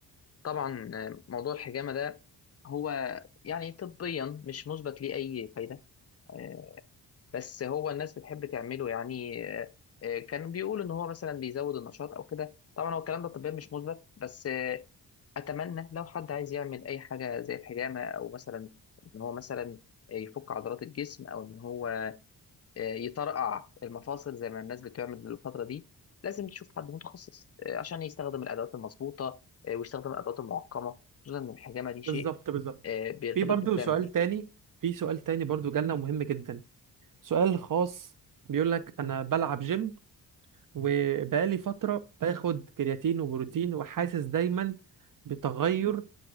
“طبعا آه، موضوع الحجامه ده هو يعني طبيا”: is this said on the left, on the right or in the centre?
Left